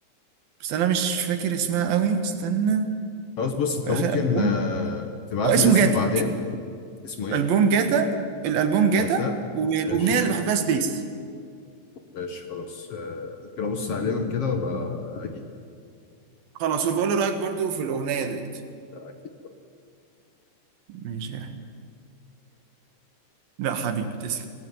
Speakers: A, on the right; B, on the left.
A: بس انا مش فاكر اسمها قوي استنى
B: خلاص بص أنت
A: اخر
B: ممكن
A: البوم
B: آه، تبعت
A: او اسمه
B: لي الاسم
A: جاتا
B: بعدين اسمه إيه؟
A: البوم جاتا الالبوم جاتا
B: جاتا
A: والاغنيه
B: ماشي
A: اللي بحبها سبيس
B: ماشي خلاص آه، ممكن ابص عليهم كده وابقى اجيب
A: خلاص وبقول لي رايك برضو في الاغنيه ديت
B: اكيد
A: ماشي يا أحمد. لا حبيبي تسلم